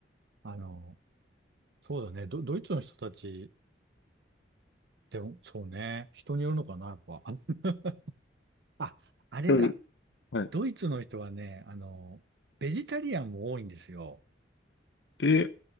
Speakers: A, on the right; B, on the left.
A: あの、そうだね。ド、ドイツの人たち、でも、そうね。人によるのかな、やっぱ。<laughs> あ、ああれだ。
B: うん。はい。
A: ドイツの人はね、あの、ベジタリアンも多いんですよ。
B: え、